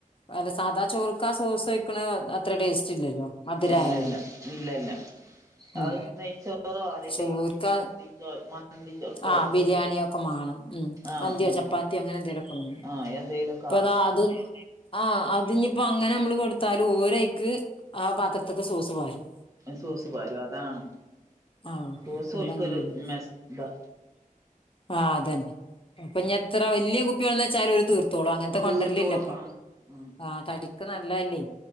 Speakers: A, on the left (about 40°); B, on the right (about 25°).
A: അല്ല സാദാ ചോറ്ക്കാ സോസോയ് ക്ക്ണ് അത്ര ടേസ്റ്റ് ഇല്ലല്ലോ മധുരായോണ്ട്.
B: ഇല്ലല്ല ഇല്ലല്ല
A: ഉം
B: അത് നെയ്ച്ചോറോ അല്ലെ
A: ചോർക്കാ
B: ബി ഇതിക്കോ മന്തിക്കൊക്കോ
A: ആഹ്
B: ഒക്കെ
A: ബിരിയാണിയൊക്കെ മാണം
B: ആഹ്
A: മന്ത്യോ
B: ആഹ്
A: ചപ്പാത്തിയോ അങ്ങനെ എന്തേലൊക്കെ വേണം.
B: ആഹ് എന്തേലൊക്കെ
A: പ്പതാ
B: ആകും
A: അത് ആഹ് അത്ഞ്ഞിപ്പോ അങ്ങനെ മ്മള് കൊടുത്താലും ഓരൈക്ക് ആ പാത്ര ത്ത്ക്ക് സോസ് പാരും
B: സോസ് പാരും അതാണ്.
A: ആഹ്
B: സോസ്
A: ഓലങ്ങനെയാണ്
B: ഓല്ക്കൊരു മെസ് ദാ
A: ആഹ് അതന്നെ. ഇപ്പൊ ഇഞ്ഞി എത്ര വല്യ കുപ്പി കൊടന്നെച്ചാലും ഓര് തീർ ത്തോളും അങ്ങനത്തെ കൊണ്ടരലില്ലപ്പോ.
B: തീർത്തോളും ആഹ് ഉം
A: ആഹ് തടിക്ക് നല്ലതല്ലേ